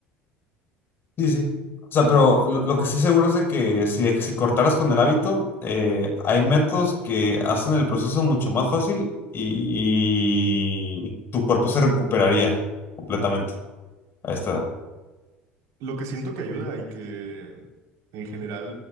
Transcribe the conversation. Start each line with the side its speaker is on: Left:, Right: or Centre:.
Left: Sí, sí. O sea, pero lo, lo que sí seguro es de que si, si cortaras con el hábito, eh, hay métodos que hacen el proceso mucho más fácil y, tu cuerpo se recuperaría completamente a esta edad.
Right: Lo que siento que ayuda y que en general